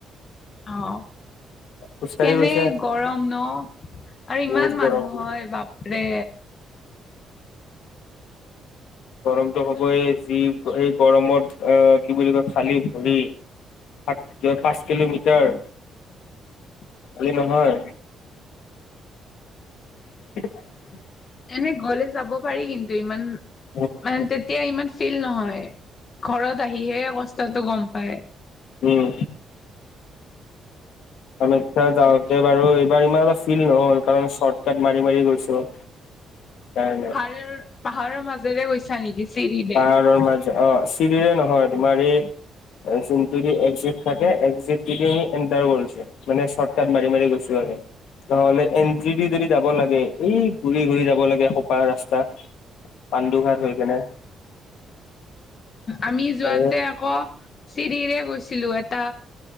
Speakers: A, on the left; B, on the left.
A: অহ।
B: খোজকাঢ়ি
A: কেনে
B: গৈছা
A: গৰম ন আৰু
B: বহুত
A: ইমান
B: গৰম
A: মানুহ হয় বাপৰে।
B: গৰমতটো হ'বই যি এই গৰমত আহ কি বুলি কয় খালি ভৰি সাত ক পাঁচ কিলোমিটাৰ খালি নহয়। <unintelligible>
A: এ গলে যাব পাৰি কিন্তু ইমান
B: উম
A: মানে তেতিয়া ইমান ফিল নহয়। ঘৰত আহিহে কষ্টাটো গম পায়।
B: উম। আমিয়া যাওঁতে বাৰু এইবাৰ ইমান এটা ফিল নহল কাৰণ চৰ্টকাট মাৰি মাৰি গৈছো। কাৰণে
A: পাহাৰৰ পাহাৰৰ মাজেৰে গৈছা নেকি? চিৰিৰে
B: পাহাৰৰ মাজে অ' চিৰিৰে নহয় তোমাৰ এই নদি এক্সিট থাকে এক্সিট আমি এণ্টাৰ কৰিছো মানে শৰ্টকাট মাৰি মাৰি গৈছো আৰু। <unintelligible> নহ'লে এণ্ট্ৰি দি যদি যাব লাগে, এই ঘূৰি-ঘূৰি যাব লাগে একখোপা ৰাস্তা। পাণ্ডুঘাট হৈ কিনে।
A: আমি যোৱাতে
B: এ
A: আকৌ চিৰিৰে গৈছিলোঁ। এটা